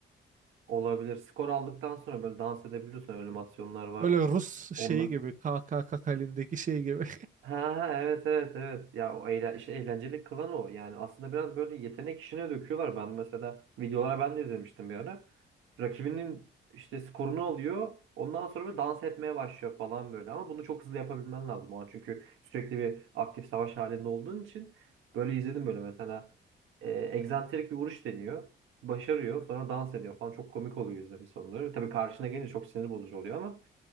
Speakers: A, on the right; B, on the right.
A: olabilir. Skor aldıktan sonra böyle dans edebiliyorsun. Öyle animasyonlar var.
B: Böyle Rus şeyi
A: Onla,
B: gibi K K K halindeki şey gibi.
A: Ha ha, evet evet evet. Ya o eğlen işte eğlenceli kılan o. Yani aslında biraz böyle yetenek işine döküyorlar. Ben mesela videolara ben de izlemiştim bir ara. Rakibinin işte skorunu alıyor. Ondan sonra böyle dans etmeye başlıyor falan böyle. Ama bunu çok hızlı yapabilmen lazım. o an. Çünkü sürekli bir aktif savaş halinde olduğun için böyle izledim böyle mesela e, egzantrik bir vuruş deniyor. Başarıyor. Sonra dans ediyor falan. Çok komik oluyor izlemesi onları. Tabii karşına gelince çok sinir bozucu oluyor ama